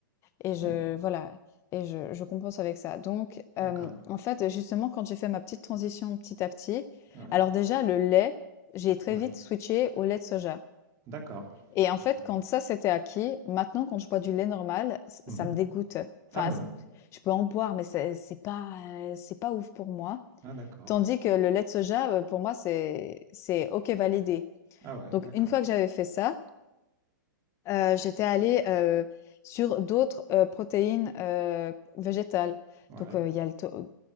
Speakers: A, on the left (about 25°); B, on the right (about 30°).
A: Et je
B: Ouais,
A: voilà et je je compense avec ça. Donc
B: d'accord.
A: hem, en fait, justement, quand j'ai fait ma petite transition petit à petit,
B: Ouais,
A: alors déjà le lait, j'ai très
B: ouais.
A: vite switché au lait de soja
B: D'accord.
A: et en fait,
B: D'accord.
A: quand ça, c'était acquis, maintenant quand je bois du lait normal, ç
B: Mmh
A: ça me dégoûte. Enfin,
B: Ah bon?
A: c je peux en boire, mais c'est c'est pas, heu, c'est pas ouf pour moi.
B: Ah d'accord.
A: Tandis que le lait de soja, heu, pour moi, c'est c'est OK validé.
B: Ah ouais,
A: Donc
B: d'accord.
A: une fois que j'avais fait ça Heu, j'étais allée, heu, sur d'autres, heu, protéines, heu, végétales.
B: Ouais.
A: Donc, heu, il y a le to euh,